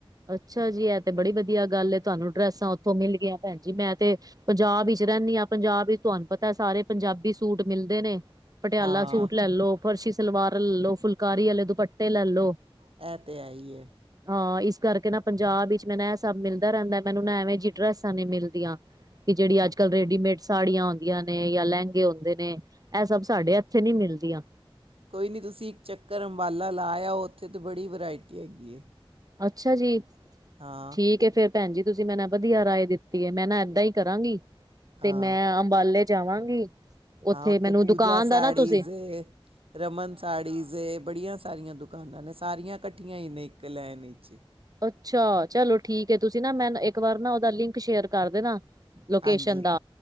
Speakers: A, on the right; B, on the right.
A: ਅੱਛਾ ਜੀ ਇਹ ਤੇ ਬੜੀ ਵਧੀਆ ਗੱਲ ਏ ਤੁਹਾਨੂੰ ਡਰੈਸਾਂ ਉੱਥੋਂ ਮਿਲ ਗਈਆਂ ਭੈਣ ਜੀ ਮੈਂ ਤੇ ਪੰਜਾਬ ਇਚ ਰਹਿੰਦੀ ਹਾਂ ਪੰਜਾਬ ਵਿੱਚ ਤੁਹਾਨੂੰ ਪਤਾ ਸਾਰੇ ਪੰਜਾਬੀ ਸੂਟ ਮਿਲਦੇ ਨੇ। ਪਟਿਆਲਾ
B: ਹਾਂ
A: ਸੂਟ ਲੈ ਲੋ, ਫਰਸ਼ੀ ਸਲਵਾਰ ਲੈ ਲੋ, ਫੁਲਕਾਰੀ ਵਾਲੇ ਦੁਪੱਟੇ ਲੈ ਲੋ।
B: ਐ ਤੇ ਹੈ ਹੀ ਏ।
A: ਹਾਂ ਇਸ ਕਰਕੇ ਨਾ ਪੰਜਾਬ ਵਿੱਚ ਮੈਨ ਇਹ ਸਭ ਮਿਲਦਾ ਰਹਿੰਦਾ ਮੈਨੂੰ ਨਾ ਐਵੇਂ ਜਿਹੀ ਡਰੈਸਾਂ ਨੀ ਮਿਲਦੀਆਂ। ਕਿ ਜਿਹੜੀ ਅੱਜ ਕੱਲ੍ਹ ਰੇਡੀਮੇਡ ਸਾੜੀਆਂ ਆਉਂਦੀਆਂ ਨੇ ਜਾਂ ਲਹਿੰਗੇ ਹੁੰਦੇ ਨੇ। ਇਹ ਸਭ ਸਾਡੇ ਇਥੇ ਨੀ ਮਿਲਦੀਆਂ।
B: ਕੋਈ ਨਹੀਂ ਤੁਸੀਂ ਇੱਕ ਚੱਕਰ ਅੰਬਾਲਾ ਲਾ ਆਓ ਉੱਥੇ ਤਾਂ ਬੜੀ ਵਰਾਇਟੀ ਹੈਗੀ ਹੈ।
A: ਅੱਛਾ ਜੀ
B: ਹਾਂ
A: ਠੀਕ ਹੈ ਫੇਰ ਭੈਣ ਜੀ ਤੁਸੀਂ ਮੈਂ ਨਾ ਵਧੀਆ ਰਾਏ ਦਿੱਤੀ ਹੈ ਮੈਂ ਨਾ ਏਦਾਂ ਹੀ ਕਰਾਂਗੀ।
B: ਹਾਂ
A: ਤੇ ਮੈਂ ਅੰਬਾਲੇ ਜਾਵਾਂਗੀ
B: ਹਾਂ
A: ਉੱਥੇ ਮੈਨੂੰ
B: ਪੂਜਾ
A: ਦੁਕਾਨ
B: ਸਾੜੀਜ਼
A: ਦਾ ਨਾ ਤੁਸੀ
B: ਏ, ਰਮਨ ਸਾੜੀਜ਼ ਏ ਬੜੀਆਂ ਸਾਰੀਆਂ ਦੁਕਾਨਾਂ ਨੇ ਸਾਰੀਆਂ ਕੱਠੀਆਂ ਹੀ ਨੇ ਇੱਕ ਲੈਨ ਚ।
A: ਅੱਛਾ ਚਲੋ ਠੀਕ ਹੈ ਤੁਸੀਂ ਨਾ ਮੈਨੂੰ ਇੱਕ ਵਾਰ ਨਾ ਉਹਦਾ ਲਿੰਕ ਸ਼ੇਅਰ ਕਰ ਦੇਨਾ। ਲੋਕੇਸ਼ਨ
B: ਹਾਂਜੀ
A: ਦਾ,